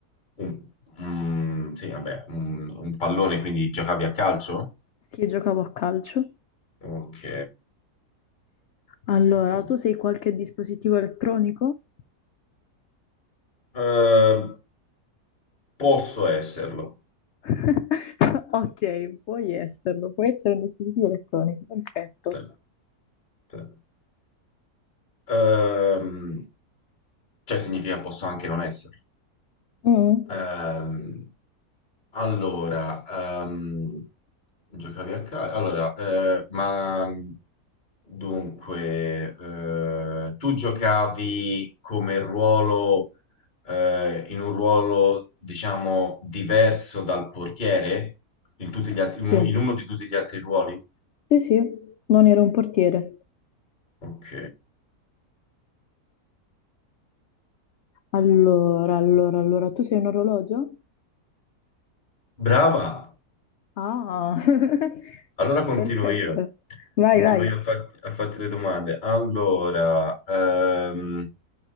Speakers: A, on the left; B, on the left.
A: un, mm, sì, vabbè, un, un pallone, quindi giocavi a calcio?
B: Sì, giocavo a calcio.
A: Ok.
B: Allora,
A: Ok.
B: tu sei qualche dispositivo elettronico?
A: Eh, posso esserlo.
B: <laughs> Ok, puoi esserlo, puoi essere un dispositivo elettronico, perfetto.
A: Sì, sì. Ehm, cioè significa posso anche non esserlo.
B: Mm.
A: Ehm, Allora, ehm, giocavi a calcio? Allora, eh, ma dunque, eh, tu giocavi come ruolo, eh, in un ruolo, diciamo, diverso dal portiere? In tutti gli altri-
B: Sì,
A: in uno in uno di tutti gli altri ruoli?
B: sì, sì, non ero un portiere.
A: Ok,
B: Allora, allora, allora, tu sei un orologio?
A: brava.
B: Ah, <laughs>
A: Allora continuo
B: perfetto.
A: io.
B: Vai,
A: Continuo
B: vai.
A: io a, far- a farti le domande. Allora, ehm,